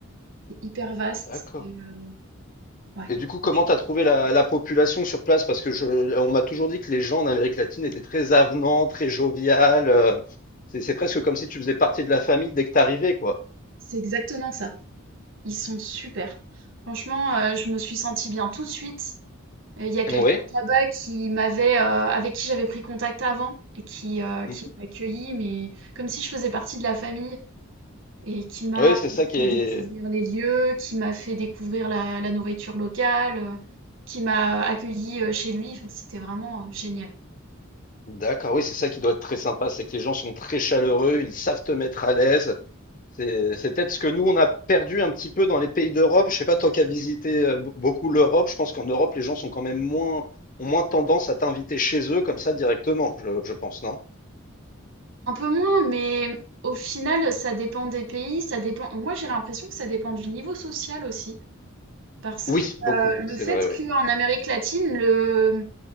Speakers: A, on the right; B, on the left.
A: c'est hyper vaste.
B: D'accord.
A: Et, euh, ouais,
B: Et
A: il y
B: du
A: a beaucoup
B: coup, comment
A: de choses.
B: t'as trouvé la, la population sur place? Parce que je, on m'a toujours dit que les gens en Amérique latine étaient très avenants, très joviales. euh, C'est, c'est presque comme si tu faisais partie de la famille dès que t'arrivais, quoi.
A: C'est exactement ça. Ils sont super. Franchement, euh, je me suis sentie bien tout de suite. Et Il y a quelqu'un
B: Oui.
A: de là-bas qui m'avait, euh, avec qui j'avais pris contact avant et qui, euh,
B: Mhm.
A: qui m'a accueilli, mais comme si je faisais partie de la famille et qui m'a
B: Oui, c'est ça qui
A: fait
B: est.
A: découvrir les lieux, qui m'a fait découvrir la, la nourriture locale, euh, qui m'a accueilli euh, chez lui. Enfin, c'était vraiment euh, génial.
B: D'accord, oui, c'est ça qui doit être très sympa, c'est que les gens sont très chaleureux, ils savent te mettre à l'aise. C'est, c'est peut-être ce que nous, on a perdu un petit peu dans les pays d'Europe. Je sais pas, toi qui as visité euh, be- beaucoup l'Europe, je pense qu'en Europe, les gens sont quand même moins, ont moins tendance à t'inviter chez eux comme ça directement, je, je pense, non?
A: Un peu moins, mais au final, ça dépend des pays, ça dépend. Moi, j'ai l'impression que ça dépend du niveau social aussi, parce
B: Oui,
A: que
B: beaucoup,
A: euh, le
B: c'est
A: fait
B: vrai, oui.
A: qu'en Amérique latine, le